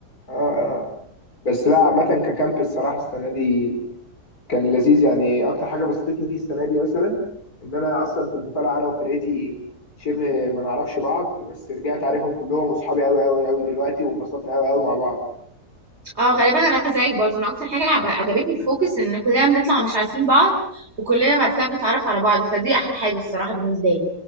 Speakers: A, on the left; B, on the right.
A: اه آه. بس لا عامه ككامب الصراحه السنه دي كان لذيذ يعني اكتر حاجه بسطتني فيه السنه دي مثلا ان انا اصلا كنت طالع انا وفرقتي شبه ما نعرفش بعض بس رجعت عارفهم كلهم واصحابي قوي قوي قوي دلوقتي وانبسطنا قوي قوي مع بعض
B: اه غالبا انا زيك برضه انا اكتر حاجة عب- عجبتني في فوكس ان كلنا بنطلع مش عارفين بعض وكلنا بعد كده بنتعرف على بعض فدي احلى حاجة الصراحة بالنسبة لي